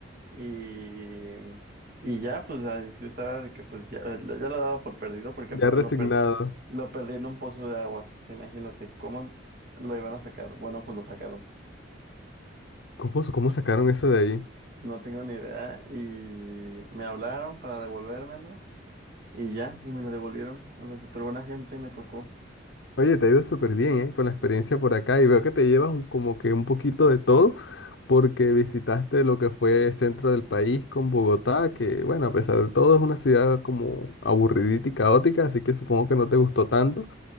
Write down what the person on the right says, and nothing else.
y, y ya, pues ay, yo estaba de que pues ya, ya lo daba por perdido porque
aparte
lo, per- lo perdí en un pozo de agua. Imagínate cómo lo iban a sacar. Bueno, pues lo sacaron.
No tengo ni idea y me hablaron para devolvérmelo y ya, y me lo devolvieron. O sea, súper buena gente me tocó.